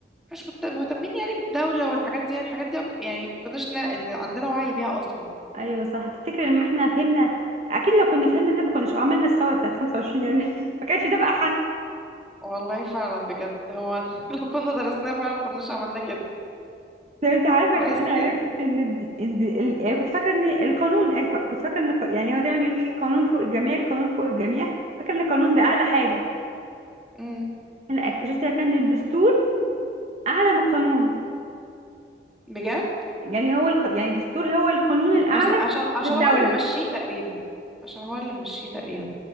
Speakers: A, in the centre; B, on the right.
A: مش كنت مهتمين يعني بالدوله والحاجات دي الحاجات دي يعني ما كناش نا- عندنا وعي بيها اصلا
B: ايوه صح تفتكر ان احنا فهمنا اكيد لو كنا فهمنا ده ما كناش عملنا الثوره بتاعت 25 يناير <laughs> ما كانش ده بقى
A: والله فعلا بجد هو <laughs> لو كنا درسناها فعلا ما كناش عملنا كده
B: ده انت عارفه
A: بس
B: كمان عرفت
A: يعني
B: ان الد... الد... ال... يعني كنت فاكره ان القانون كنت فاكره ان الق- يعني هو دايما يقول لك ايه القانون فوق الجميع القانون فوق الجميع فاكره ان القانون ده اعلى حاجه
A: مم.
B: لا اكتشفت كان الدستور اعلى من القانون
A: بجد
B: يعني هو الق... يعني الدستور هو القانون الاعلى
A: بس عشان عشان
B: في الدوله
A: هو اللي ممشيه تقريبا عشان هو اللي ممشيه تقريبا